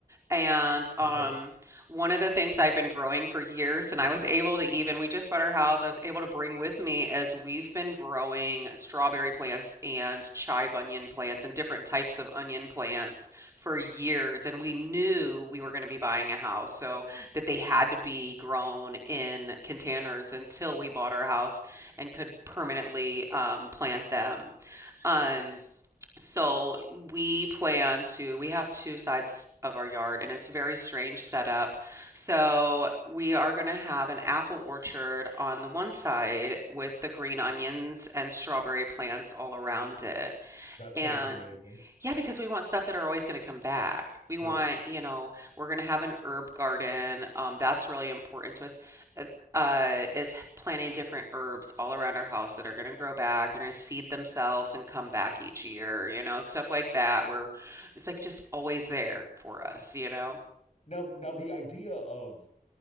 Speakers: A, on the right; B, on the left.
A: And um,
B: Okay.
A: one of the things I've been growing for years, and I was able to even, we just bought our house, I was able to bring with me is we've been growing strawberry plants and chive onion plants and different types of onion plants for years. And we knew we were going to be buying a house, so that they had to be grown in containers until we bought our house and could permanently um, plant them. Um, so we plan to, we have two sides of our yard and it's a very strange setup. So we are going to have an apple orchard on the one side with the green onions and strawberry plants all around it.
B: That sounds
A: And
B: amazing.
A: yeah, because we want stuff that are always going to come back. We want,
B: Sure.
A: you know, we're going to have an herb garden. Um, that's really important to us. Uh, uh, is planting different herbs all around our house that are going to grow back. They're going to seed themselves and come back each year, you know, stuff like that, where it's like just always there for us, you know.
B: Now, now the idea of